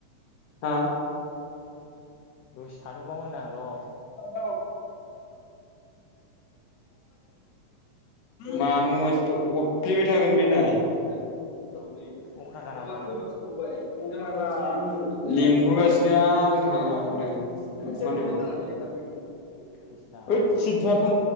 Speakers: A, on the left; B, on the left.
A: हा
B: दसे थाथ'बाव होनां र'।
A: <unintelligible> मानो अइस ब हरथेबाय थागोन बे नाय। अबेबा
B: अख्राखा नामा
A: खोम सोबावबाय। <unintelligible> लिंहरगासिनो आं थांङा माथो। <inaudible> ओइद
B: दिसथाबनो
A: सिददा थां।